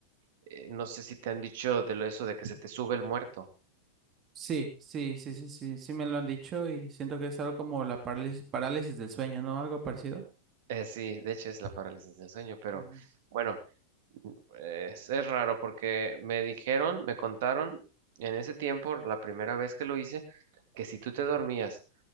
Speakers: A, on the right; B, on the right.
A: Eh, no sé si te han dicho de lo eso de que se te sube el muerto.
B: Sí, sí, sí, sí, sí, sí me lo han dicho y siento que es algo como la parálisis, parálisis del sueño, ¿no? Algo parecido.
A: Eh, sí, de hecho es la parálisis del sueño, pero
B: Ujú,
A: bueno, eh, es es raro porque me dijeron, me contaron en ese tiempo, la primera vez que lo hice, que si tú te dormías